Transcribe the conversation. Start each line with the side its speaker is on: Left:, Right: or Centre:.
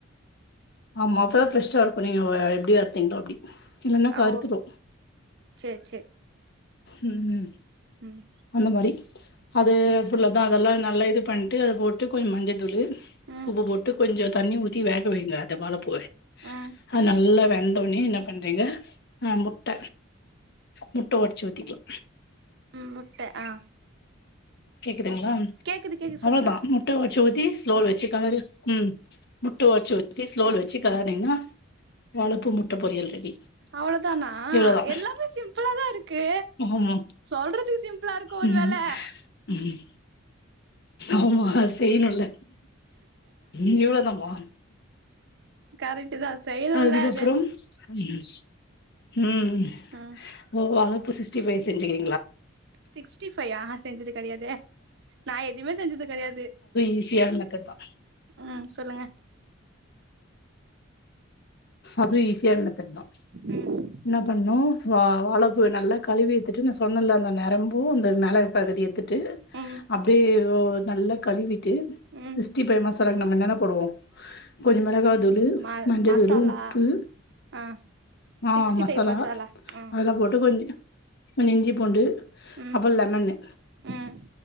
Left: ஆமா அப்பதா ஃப்ரெஷ்ஷா இருக்கு. நீங்க எப்டி அர்திங்களோ அப்டி இல்லன்னா
Right: ஓ
Left: கருத்துடு
Right: சேரி சேரி
Left: ம்
Right: ம்
Left: அந்த மாரி அது
Right: ம்
Left: அதுலதா அதெல்லா நல்லா இது பண்ட்டு அத போட்டு கொஞ்சோ மஞ்சள் அதுலயே
Right: ம்
Left: உப்பு போட்டு கொஞ்சோ தண்ணி ஊத்தி வேக வைங்க அந்த வாழப்பூவ.
Right: ம்
Left: அது நல்லா வெந் தோனே என்ன பண்றீங்க ஆ முட்ட முட்ட ஒடச்சி ஊத்திக்கலா
Right: ம் முட்ட ஆ
Left: கேக்குதுங்ளா?
Right: கேக்குது கேக்குது
Left: அவ்ளோதா
Right: சொல்லுங்க
Left: முட்ட ஒச்சு ஊத்தி ஸ்லோ வெச்சுக்களறு ம் முட்ட ஒச்சு ஊத்தி ஸ்லோல வெச்சு கெளர்னிங்னா வாழப்பூ முட்ட பொரியல் ரெடி.
Right: அவ்ளோதானா
Left: இவ்ளோதா
Right: எல்லாமே சிம்பளா தா இருக் க்கு
Left: ஆமா
Right: சொல்றதுக்கு சிம்பளா இருக்கோ ஒரு
Left: ம்
Right: வேல
Left: ம் ஆமா செய்ணுல்ல இவ்ளோதாமா
Right: கரெக்ட் தா செய்யணும்ல
Left: அதுக்கப்றோ
Right: அது
Left: ம் ம்
Right: ம்
Left: ஓ வாழப்பூ சிக்ஸ்டீஃபை செஞ்சிக்கி
Right: சிக்ஸ்டி ஃபைய்யா செஞ்சது கெடையாதே நா எதுவுமே செஞ்சது கெடையாது
Left: ஈசியான மெத்தட்பா
Right: ம் சொல்லுங்க
Left: அதுவு ஈஸியான மெத்தட் தா
Right: ம்
Left: என்ன பண்ணு வா வாழ பூவ நல்லா கழுவி எத்துட்டு நா சொன்னல்ல அந்த நரம்பும் அந்த மேல பகுதி எத்துட் ட்டு
Right: ம்
Left: அப்டியே நல்லா கழுவிட்டு
Right: ம்
Left: சிக்ஸ்டி ஃபை மசாலா நம்ம என்ன என்னலா போடுவோ கொஞ்சோ மொளகா தூளு
Right: ம
Left: மஞ்ச
Right: மசாலா
Left: தூளு உப்பு
Right: ஆ
Left: ஆ
Right: சிக்ஸ்டி
Left: மசாலா
Right: ஃபைவ் ஆ
Left: அதெல்லா போட்டு கொஞ்சோ கொஞ்சோ இஞ்சி பூண்டு
Right: ம்
Left: அப்புறோம லெமன்னு
Right: ம்